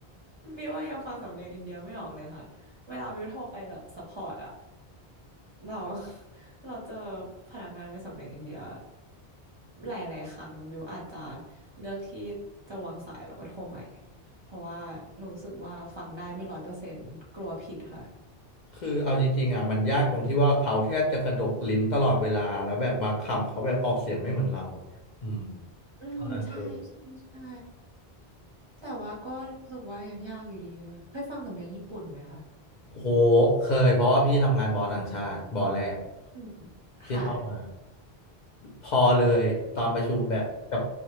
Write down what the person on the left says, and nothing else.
คือเอาจริงๆอ่ะมันยากตรงที่ว่าเขาแทบจะกระดกลิ้นตลอดเวลาแล้วแบบบางคำเขาแบบออกเสียงไม่เหมือนเราอย่างเงี้ยอืม
เท่านั้นเลย
โอ้โหเคยเพราะว่าพี่ทำงานบอต่างชาติบอแรก
ที่เข้ามา
พอเลยตอนประชุมแบบกับ